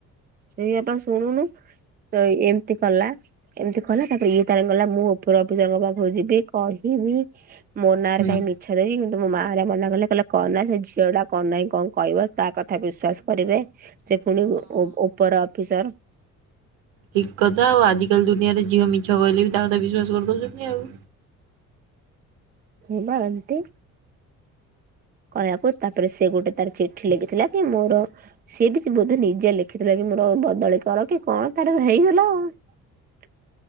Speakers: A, on the right; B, on the right.
A: ସେୟା ପା ଶୁଣୁନୁ ତ ଏମିତି କଲା। ଏମିତି କଲା ତାପରେ ଇଏ ତାର ଗଲା ମୁଁ ଉପର ଅଫିସରଙ୍କ ପାଖକୁ ଯିବି କହିବି। ମୋ
B: ହୁଁ
A: ନାଁ ରେ କାଇଁ
B: ହଁ।
A: ମି ଇଛ କିନ୍ତୁ ମୋ ମା ହେରିକା ମନା କଲେ କଣ ନାଁ ସେ ଝିଅ ଟା କଣ ନାହିଁ କଣ କହିବ, ତା କଥା ବିଶ୍ୱାସ କରିବେ। ସେ ପୁଣି ଉ-ଉ-ଉପର ଅଫିସର।
B: ଠିକ କଥା ଆଉ ଆଜିକାଲି ଦୁନିଆରେ ଝିଅ ମିଛ କହିଲେ ବି ତା କଥା ବିଶ୍ଵାସ କରିଦଉଛନ୍ତି ଆଉ।
A: ହଁ ବା ଏନ୍ତି। କହିବାକୁ, ତାପରେ ସେ ଗୋଟେ ତାର ଚିଠି ଲେଖିଥିଲା କି ମୋର ସିଏ ବି ସେ ବୋଧେ ନିଜେ ଲେଖିଥିଲା କି ମୋର ବଦଳି କର କି କଣ ତାର ହେଇଗଲା ଆଉ। ଟିକ